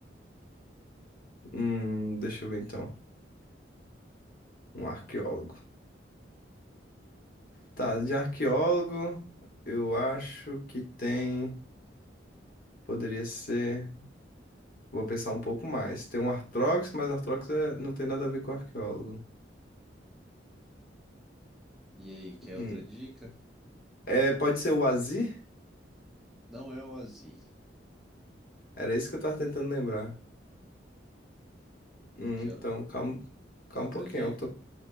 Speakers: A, on the left; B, in the centre.
A: Hum, deixa eu ver então. Um arqueólogo. Tá, de arqueólogo, eu acho que tem. Poderia ser. Vou pensar um pouco mais. Tem um Arthrox, mas Arthrox é... não tem nada a ver com arqueólogo.
B: E aí, quer
A: Hum.
B: outra dica?
A: É, pode ser o Azir?
B: Não é o Azir.
A: Era isso que eu tava tentando lembrar. Hum,
B: Quer,
A: Então, calma, calma
B: quer outra
A: um pouquinho.
B: dica?
A: eu tô-